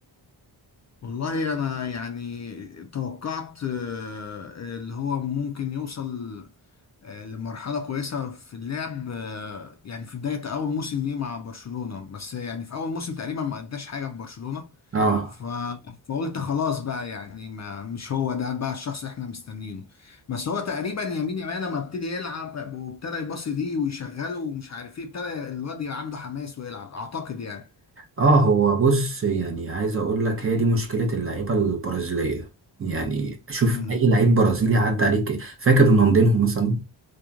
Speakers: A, on the left; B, on the right.
A: والله انا يعني توقعت آه، اللي هو ممكن يوصل آه، لمرحلة كويسة في اللعب آه، يعني في بداية أول موسم ليه مع برشلونة بس يعني في أول موسم تقريبا ما أداش حاجة في برشلونة
B: اه
A: ف... فقلت خلاص بقى يعني ما مش هو ده بقى الشخص اللي احنا مستنيينه بس هو تقريبا يمين يمين لما ابتدي يلعب وابتدى يباصي دي ويشغله ومش عارف ايه ابتدى الواد يبقى عنده حماس ويلعب أعتقد يعني
B: اه هو بص يعني عايز اقول لك هي دي مشكلة اللعيبة البرازيلية يعني شوف
A: امم
B: اي لعيب برازيلي عدى عليك فاكر رونالدينهو مثلا